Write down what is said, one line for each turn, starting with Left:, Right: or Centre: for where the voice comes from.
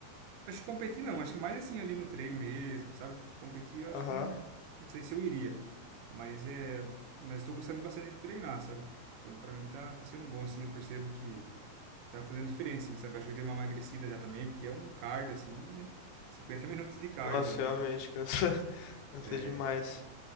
Right: acho que competir não, acho que mais assim ali no treino mesmo, sabe? Competir eu acho
Left: Aham.
Right: que não, não sei se eu iria. Mas é, mas tô gostando bastante de treinar, sabe? Então pra mim tá, tá sendo bom, assim, eu percebo que tá fazendo diferença, assim, sabe? Acho que eu dei uma emagrecida já também, porque é um cardio, assim, né? 50 minutos de cardio
Left: Nossa,
Right: ali,
Left: realmente,
Right: né?
Left: cansa, <laughs> cansa
Right: É,
Left: demais.